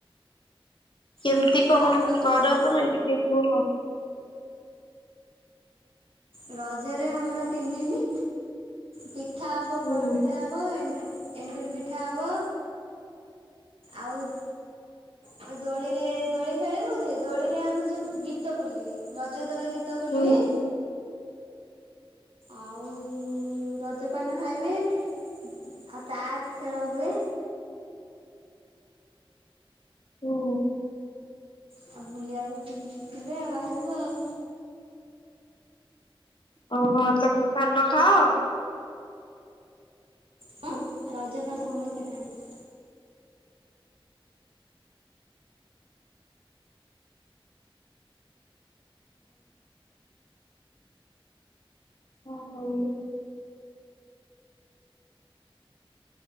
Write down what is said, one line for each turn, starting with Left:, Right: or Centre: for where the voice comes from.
Left: କେମିତି
Right: ମା
Left: କଁ
Right: ମାନେ ବସି
Left: କର ତମେ ଟିକେ କୁହ।
Right: ରଜରେ ଆମର ତିନି ଦିନି ପିଠା ହେବ
Left: ହୁଁ
Right: ପୋଡ଼ପିଠା ହେବ ଏଣ୍ଡୁର୍ ଏଣ୍ଡୁରି ପିଠା ହବ ଆଉ
Left: <inaudible>
Right: ଆଉ ଦୋଳିରେ ଦୋଳି ଖେଳିବୁ ଯେ ଦୋଳିରେ ଆମ ଯୋଉ ଗୀତ ବୋଲିବେ ରଜ ଦୋଳି ଗୀତ୍ ଗୀତ ବୋଲିବେ।
Left: ହୁଁ
Right: ଆଉ ରଜପାନ ଖାଇବେ ଆଉ ତାସ୍ ଖେଳ ହୁଏ।
Left: ହୁଁ।
Right: ଆଉ ବୁଲିଆକୁ ଯି ଯିବେ ଆଉ ବାହାରକୁ ଆଉ।
Left: ଓହୋ। ତମେ ପାନ ଖାଅ?
Right: ହଁ ରଜପାନ ସମସ୍ତେ ଖାଆନ୍ତି।
Left: ହଁ ହଉ।